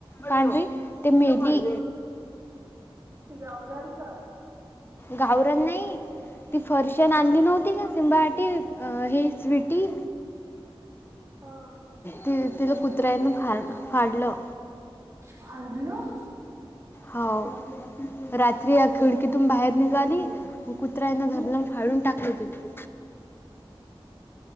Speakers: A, on the left; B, on the right.
A: पांढरी, ते मेली.
B: हा ते गावरान का
A: गावरान नाही, ती फरशन
B: हा
A: आणली नव्हती का? सिमबाॅटिक हे स्वीटी,
B: हा
A: तिला कुत्र्यांनं फाड फाडलं.
B: फाडलं
A: हा रात्री या खिडकीतून बाहेर निघाली. मग कुत्र्यानं धरलं अन फाडून टाकलं तीला.
B: ह